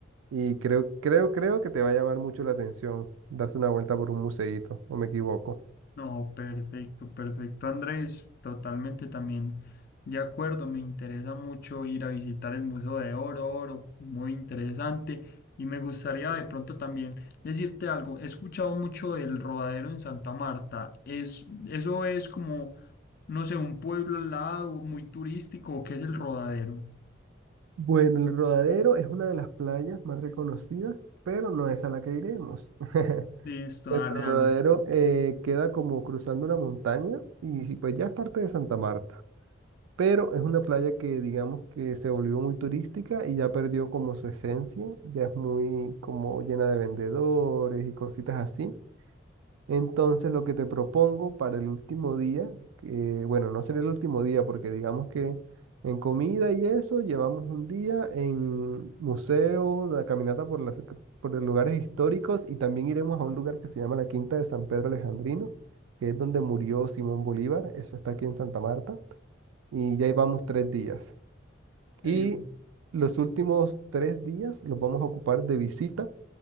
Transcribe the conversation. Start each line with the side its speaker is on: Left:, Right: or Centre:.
Right: y creo, creo, creo que te va a llamar mucho la atención darse una vuelta por un museíto, o me equivoco.
Left: No, perfecto, perfecto, Andrés, totalmente también de acuerdo, me interesa mucho ir a visitar el Museo de Oro, Oro, muy interesante, y me gustaría de pronto también decirte algo, he escuchado mucho del Rodadero en Santa Marta, es, eso es como, no sé, un pueblo al lado muy turístico, ¿o ¿qué es el Rodadero?
Right: Bueno, el Rodadero es una de las playas más reconocidas, pero no es a la que iremos. <laughs>
Left: Listo,
Right: El
Left: dale,
Right: Rodadero
Left: dale.
Right: eh, queda como cruzando una montaña y sí, pues ya es parte de Santa Marta, pero es una playa que digamos que se volvió muy turística y ya perdió como su esencia, ya es muy como llena de vendedores y cositas así. Entonces, lo que te propongo para el último día, eh, bueno, no será el último día porque digamos que en comida y eso llevamos un día en museo, la caminata por las, por los lugares históricos y también iremos a un lugar que se llama la Quinta de San Pedro Alejandrino, que es donde murió Simón Bolívar, eso está aquí en Santa Marta, y ya llevamos tres días. Y
Left: Eh,
Right: los últimos tres días los vamos a ocupar de visita